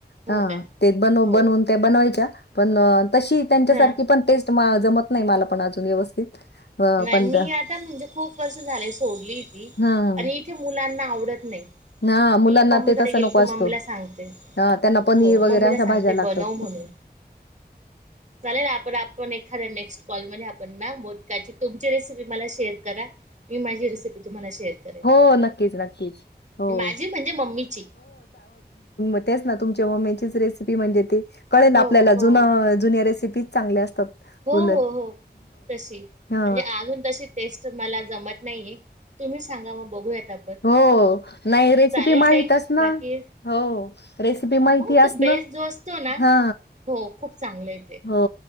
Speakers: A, on the right; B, on the left.
A: हो
B: हा
A: काय
B: ते बन
A: हो
B: बनवून त्या बनवायच्या पण तशी त्यांच्या
A: हा
B: सारखी पण टेस्ट जमत नाही मला पण अजून व्यवस्थित अ,
A: नाही
B: पण
A: मी
B: त्या
A: आता म्हणजे खूप वर्ष झाले सोडली ती
B: हां,
A: आणि ते मुलांना आवडत नाही
B: हां. मुलांना
A: मी मम्मीकडे
B: ते तसा
A: गेल
B: नको
A: की
B: असतो.
A: मम्मीला सांगते.
B: हा त्यांना पनीर
A: हो
B: वगैरे
A: मम्मीला
B: अशा
A: सांगते
B: भाज्या लागतात.
A: बनव म्हणून चालेल आपण आपण एखाद्या नेक्स्ट कॉल मध्ये आपण ना. ची तुमची रेसिपी मला शेअर करा मी माझी रेसिपी तुम्हाला शेअर करेन
B: हो नक्कीच-नक्कीच हो-हो.
A: माझी म्हणजे मम्मीची
B: तेच ना तुमच्या मम्मी चीच रेसिपी म्हणजे ते कळे ना
A: हो
B: आपल्याला
A: हो
B: जुन जुन्या रेसिपी चांगल्या असतात.
A: हो
B: उलट
A: हो हो तशी म्हणजे
B: हा
A: अजून तशी टेस्ट मला जमत नाहीये तुम्ही सांगा म बघूयाता.
B: हो नाही रेसिपी
A: चालेल
B: माहितच
A: काही
B: ना
A: बाकी?
B: हो रेसिपी माहिती
A: हो तो
B: असणं
A: बेस्ट जो असतो ना
B: हा
A: हो खूप चांगलं आहे
B: हो